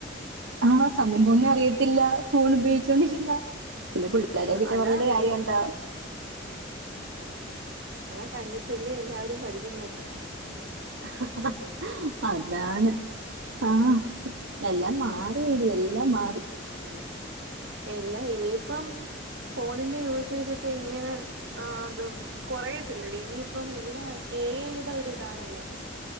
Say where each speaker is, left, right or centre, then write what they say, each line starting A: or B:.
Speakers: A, on the right (about 85°); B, on the right (about 60°).
A: ആഹ് സമയം പോന്നെ അറിയത്തില്ല ഫോൺ ഉപയോഗിച്ചോണ്ടിരിന്ന. പിന്നെ പുള്ളിക്കാരെ
B: ആ,
A: കുറ്റം
B: അതാ
A: പറഞ്ഞിട്ടു
B: വീട്ടിലെ
A: കാര്യംണ്ടോ.
B: ങ്ങളെ കണ്ടിട്ടല്ലേ എല്ലാരും പഠിക്കുന്നത്
A: ആഹാ ആഹാ.. അതാണ് ആഹ് എല്ലാം മാറിയടി എല്ലാം മാറി.
B: പ്പാ. എല്ലാ ഇനിയിപ്പം ഫോണിന്റെ യൂസേജോക്കെ ഇങ്ങനെ. ആഹ് അത് കൊറയത്തില്ലഡി ഇനിയിപ്പയെല്ലാ എ ഐ ടെ ഒരുതാണല്ലോ.